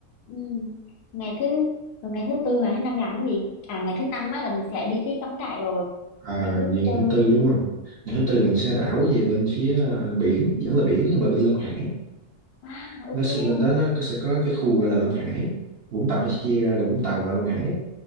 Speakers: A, on the left; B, on the right.
A: ừ ngày thứ rồi ngày thứ tư ngày thứ năm làm cái gì à ngày thứ năm á là mình sẽ đi cái cắm trại rồi
B: à,
A: ngày thứ
B: viện
A: tư
B: thứ tư đúng không viện
A: ừ
B: thứ tư mình sẽ đảo về bên phía ờ, biển vẫn là biển nhưng mà bên Long Hải
A: à
B: nó
A: ok
B: sẽ
A: á
B: bên đó nó có- sẽ có cái khu gọi là Long Hải Vũng Tàu nó sẽ chia ra là Vũng Tàu và Long Hải